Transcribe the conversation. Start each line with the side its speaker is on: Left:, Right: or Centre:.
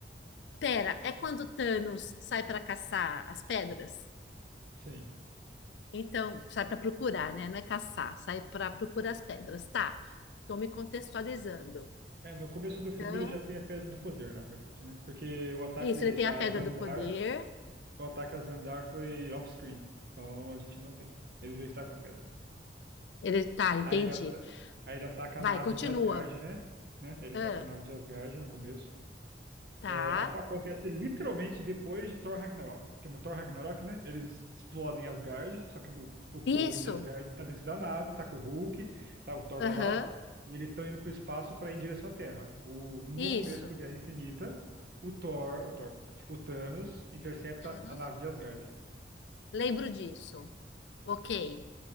Left: Pera, é quando o Thanos sai para caçar as pedras?
Right: Sim.
Left: Então, sai para procurar, né? Não é caçar, sai para procurar as pedras. Tá, tô me contextualizando.
Right: É, no começo do filme
Left: Então,
Right: ele já tem a Pedra do Poder, na verdade, né? Porque o ataque
Left: isso, ele tem
Right: a
Left: a pedra
Right: Xandar,
Left: do poder,
Right: o ataque a Xandar foi off-screen. Então a gente não vê. Ele já está com a pedra.
Left: Ele tá, entendi.
Right: Aí ele, ata- aí ele ataca
Left: Vai,
Right: a nave
Left: continua.
Right: de Asgard, né? Né? Ele
Left: Ah,
Right: ataca a nave de Asgard no começo.
Left: tá.
Right: É, a- acontece literalmente depois de Thor Ragnarok. Porque no Thor Ragnarok, né, eles explodem Asgard, só que o, o povo
Left: Isso.
Right: de Asgard tá dentro da nave, tá com o Hulk, tá, o Thor
Left: Aham.
Right: tá lá, e eles estão indo pro espaço para ir em direção à Terra. O, no
Left: Isso.
Right: começo do Guerra Infinita, o Thor, o Thor, o Thanos intercepta
Left: Thanos.
Right: a nave de Asgard.
Left: Lembro disso. Ok.